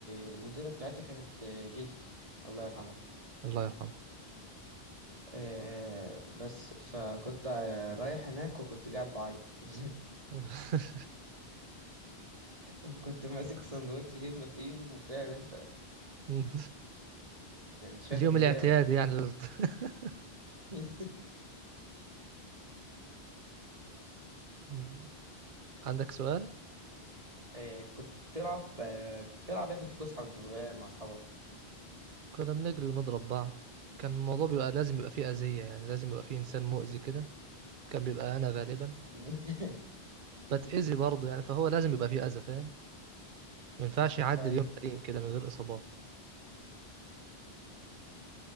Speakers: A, on the right; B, on the right.
A: آه، المديرة بتاعتها كانت آه، جدتي الله يرحمها
B: الله يرحمه
A: آه، بس فكنت آه، رايح هناك وكنت قاعد بعيط <laughs>
B: <laughs>
A: وكنت ماسك سندوتش جبنة في إيدي وفاهم أنت
B: مم.
A: كان شكلي
B: اليوم الاعتيادي
A: جامد
B: يعني للط- <laughs>
A: <laughs>
B: مم. عندك سؤال
A: آه، كنت بتلعب آه، كنت بتلعب ايه في الفسحة وانت صغير مع اصحابك
B: كنا بنجري ونضرب بعض كان الموضوع بيبقى لازم يبقى فيه اذيه يعني لازم يبقى فيه انسان مؤذي كده كان بيبقى انا غالبا
A: <laughs>
B: بتاذي برضه يعني فهو لازم يبقى فيه اذى فاهم ما ينفعش يعدي
A: ايوه
B: اليوم سليم كده من غير اصابات